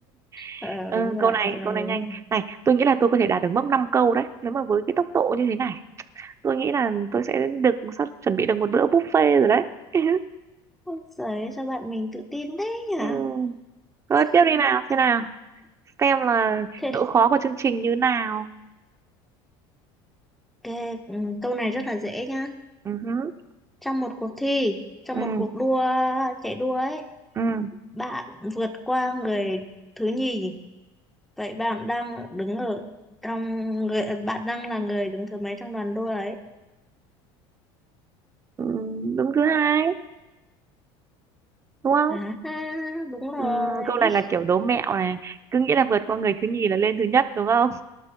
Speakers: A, on the right; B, in the centre.
A: <laughs>
B: Ờ,
A: ừ,
B: đúng rồi,
A: câu này
B: câu này
A: câu này
B: đúng
A: nhanh
B: rồi.
A: này tôi nghĩ là tôi có thể đạt được mốc 5 câu đấy nếu mà với cái tốc độ như thế này tôi nghĩ là tôi sẽ được sắp chuẩn bị được một bữa buffet rồi đấy <laughs>
B: Ôi giời, sao bạn mình tự tin thế nhỉ?
A: ừ. Thôi
B: <laughs>
A: tiếp đi nào thế nào xem là
B: Thế
A: độ khó của chương trình như nào
B: cái, ừ, câu này rất là dễ nhá.
A: ừ, hứ,
B: Trong một cuộc thi, trong
A: ừ,
B: một cuộc đua chạy đua ấy,
A: ừ,
B: bạn vượt qua người thứ nhì. Vậy bạn đang đứng ở trong người ờ, bạn đang là người đứng thứ mấy trong đoàn đua ấy?
A: ừ, đứng thứ hai đúng không
B: À, ha, đúng rồi.
A: Ừm, câu này là kiểu đố mẹo này cứ nghĩ là vượt qua người thứ nhì là lên thứ nhất đúng không